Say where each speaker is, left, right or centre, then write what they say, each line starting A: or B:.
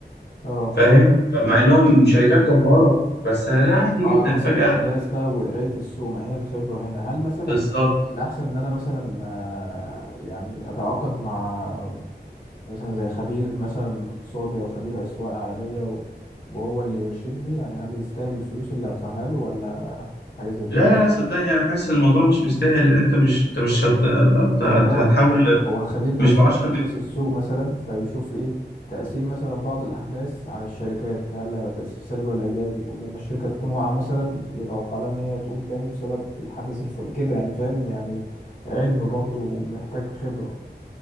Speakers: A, on the left (about 50°); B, on the left (about 70°).
A: اه
B: فاهم مع انهم شركات جبارة بس لا عادي
A: اه
B: جدا
A: على حسب
B: فجأة
A: الاحداث بقى وقرايه السوق ما هي الخبره هنا هل مثلا
B: بالظبط
A: الاحسن ان انا مثلا آه، يعني اتعاقد مع مثلا زي خبير مثلا اقتصادي او خبير اسواق عالميه و- وهو اللي يرشدني يعني هل يستاهل الفلوس اللي هدفعها له ولا حاجه زي كده
B: لا لا
A: ف...
B: لا صدقني انا حاسس ان الموضوع مش مستاهل لان انت مش انت مش هت... هت...
A: لان
B: هت-
A: هو
B: هتحول
A: هو الخبير ده
B: مش
A: مثلا
B: ب 10
A: بيدرس
B: مليون
A: السوق مثلا فبيشوف ايه تأثير مثلا بعض الأحداث على الشركات هل هيبقى تأثير سلبي ولا إيجابي ولما الشركة تكون واقعة مثلا يتوقع لها إن هي تقوم تاني بسبب الحدث الفل كده يعني فاهم يعني علم برضه ومحتاج خبرة